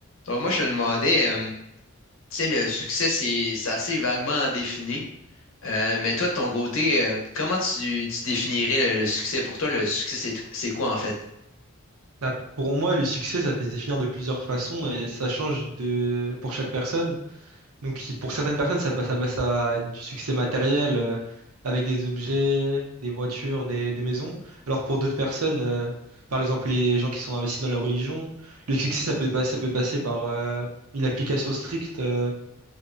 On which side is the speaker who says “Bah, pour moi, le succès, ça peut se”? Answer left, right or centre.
Right